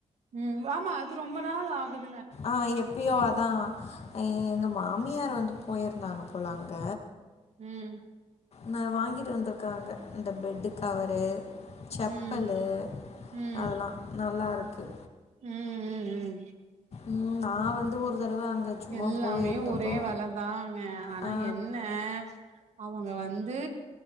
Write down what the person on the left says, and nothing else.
ஆஹ் எப்பயோ அதான் எங்க மா மியார் வந்து போயிருந்தாங்க போல அங்க
நா வாங்கிட்டு வந்திருக்காங்க இந்த பெட்டு கவரு செப்பலு
அதெல்லா நல்லா இருக்கு
உம் நா வந்து ஒரு தடவ அங்க சும்மா
போயிருந்தப்போ
ஆ.